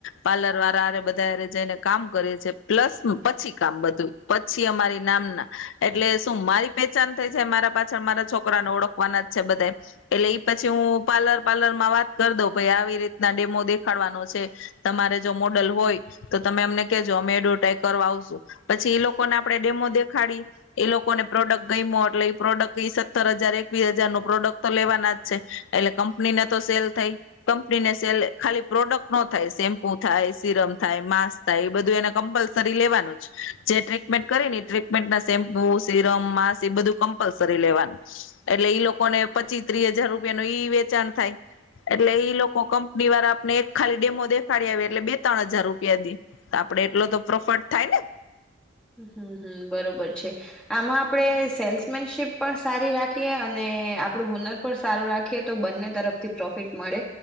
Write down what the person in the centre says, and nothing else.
હમ હમ બરોબર છે આમાં આપણેે સેલ્સમેનશીપ પણ સારી રાખીએ અને આપડું હુનર પણ સારું રાખીએ તો બંને તરફથી પ્રોફિટ મળે